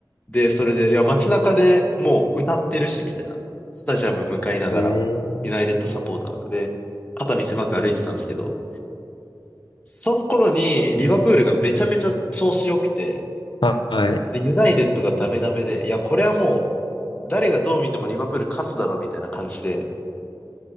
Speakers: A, on the left; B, on the left.
A: で、それで、いや、街中でもう歌ってるし、みたいな。スタジアム向かいながら、
B: えー。
A: ユナイテッドサポーターがで、肩身狭く歩いてたんですけど、その頃にリバプールがめちゃめちゃ調子良くて、
B: はい。
A: で、ユナイテッドがダメダメで、いや、これはもう、誰がどう見てもリバプール勝つだろうみたいな感じで、